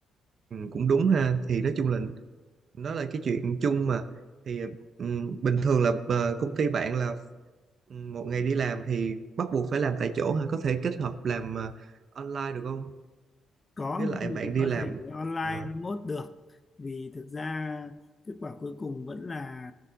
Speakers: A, on the right; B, on the left.
A: ừ, cũng đúng ha thì nói chung là nó là cái chuyện chung mà thì ừ, bình thường là ờ, công ty bạn là ừ, một ngày đi làm thì bắt buộc phải làm tại chỗ ha có thể kết hợp làm ờ, online được không
B: có
A: với lại
B: mình
A: bạn đi
B: có
A: làm
B: thể online
A: ờ,
B: remote được vì thực ra kết quả cuối cùng vẫn là